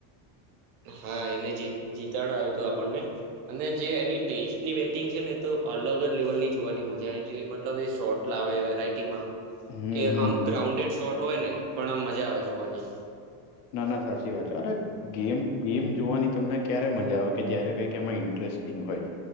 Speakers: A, on the right; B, on the left.
A: હા એને જી જીતાડો આવ્યું હતો આપણને. અને જે એની ટેસ્ટની બેટિંગ છે ને તો અલગ અગ લેવલની જોવાની મજા આવે જે મતલબ એ શોર્ટ. એટલા આવે વેરાયટીમાં
B: હમ
A: કે
B: હમ
A: આમ
B: હમ
A: ગ્રાઉન્ડેડ શોર્ટ હોય ને પણ આમ મજા આવે જોવાની.
B: ના ના સાચી વાત છે અરે. ગેમ ગેમ જોવાની તમને ક્યારે મજા આવે કે જય્યારે કઈ કે એમાં ઇન્ટરેસ્ટિંગ હોય.